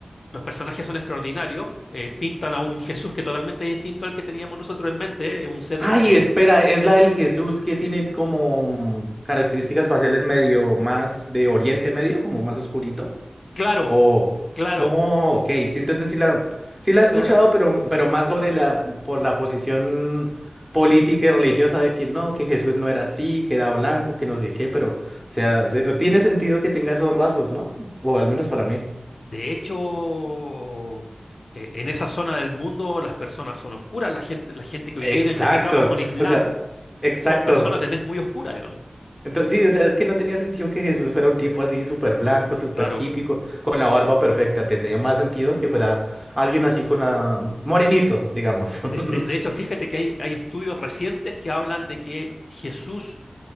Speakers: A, on the left (about 70°); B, in the centre.
A: Los personajes son extraordinarios. eh, pintan a un Jesús que totalmente es distinto al que teníamos nosotros en mente. Es un ser
B: Ay,
A: eh,
B: espera, es la del Jesús que tiene como características faciales medio más de Oriente Medio, como más oscurito.
A: claro,
B: Oh,
A: claro,
B: oh, ok. Sí, entonces sí la, sí la he escuchado,
A: claro.
B: pero, pero más sobre la, por la posición política y religiosa de que no, que Jesús no era así, que era blanco, que no sé qué, pero, o sea, se- tiene sentido que tenga esos rasgos, ¿no? O al menos para mí.
A: De hecho, eh, en esa zona del mundo las personas son oscuras. La gente, la gente que hoy
B: Exacto.
A: día identificamos con Islam
B: O sea, exacto.
A: Son personas de tez muy oscura, digamos.
B: Entonces, sí, o sea, es que no tenía sentido que Jesús fuera un tipo así súper blanco, súper
A: Claro.
B: hippie, con, con la barba perfecta. Tendría más sentido que fuera alguien así con la... mm, morenito, digamos.
A: De, de- de
B: <laughs>
A: hecho, fíjate que hay, hay estudios recientes que hablan de que Jesús